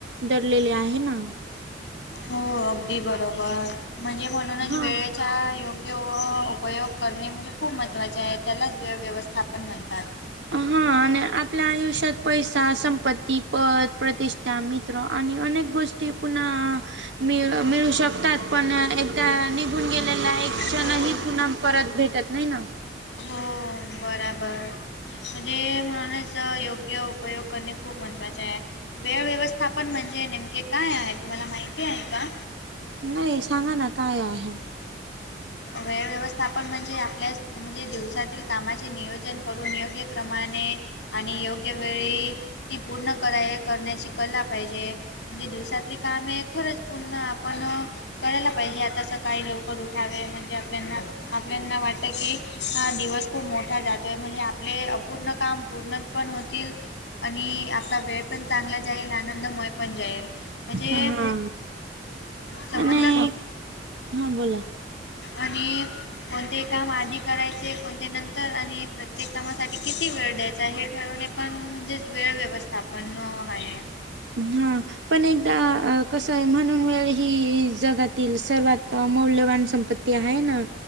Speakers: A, on the right; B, on the left.
A: धरलेले आहे ना.
B: हो अगदी बरोबर म्हणजे म्हणूनच
A: हा
B: वेळेच्या योग कि उपयोग करणे म्हणजे खूप महत्त्वाचे आहे त्यालाच वेळ व्यवस्थापन म्हणतात.
A: हा आणि आपल्या आयुष्यात पैसा संपत्ती पद प्रतिष्ठ त्या मित्र आणि अनेक गोष्टी पुन्हा ळ मिळू शकतात पण एकदा निघून गे आपल्याला एक क्षणही
B: हो
A: पुन्हा परत भेटत नाही ना
B: हो बराबर म्हणजे म्हणूनच योग्य उपयोग करणे खूप महत्त्वाचे आहे वेळ व्यवस्थापन म्हणजे नेमके काय आहे तुम्हाला माहिती आहे का
A: नाही सांगा ना काय आहे
B: वे व्यवस्थापन म्हणजे आपल्या म्हणजे दिवसातील कामाचे नियोजन करून योग्य प्र्रमाणे आणि योग्य वेळी ती पूर्ण कराय करण्याची कला पाहिजे म्हणजे दिवसातली काम आहे खरंच पूर्ण आपण करायला पाहिजे आता सकाळी लवकर उ ठावे म्हणजे आपल्याना आपल्याना वाटतं की हा दिवस खूप मोठा जातो आहे म्हणजे आप आपले अपूर्ण काम पूर्ण पण होतील आणि आपला वेळ पण चांगला जाईल आनंदमय पण जाईल म्हणजे
A: हा
B: समजलं
A: आणि हा बोला
B: आणि कोणते काम आधी करायचे कोणते नंतर आणि प्रत्येक कामासाठी किती वेळ द्यायचा हे ठरवणे पण म्हणजेच वेळ व्यवस्थापन आहे
A: हा पण एकदा कसं आहे म्हणून वेळ ही जगातील सर्वात मौल्यवान संपत्ती ते आहे ना